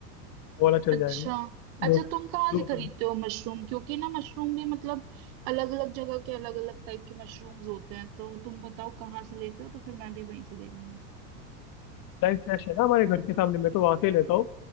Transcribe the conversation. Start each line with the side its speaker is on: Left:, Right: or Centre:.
Left: वो वाला चल
Right: अच्छा
Left: जाएगा
Right: अच्छा
Left: दो दो
Right: तुम कहाँ से
Left: सनराइज
Right: खरीदते हो मशरूम क्योंकि ना मशरूम भी मतलब अलग अलग जगह के अलग अलग टाइप के मशरूम्स होते हैं तो तुम बताओ कहाँ से लेते हो तो फिर मैं भी वहीं से ले लूंगी
Left: फ्रेश है ना हमारे घर के सामने मैं तो वहां से ही लेता हूँ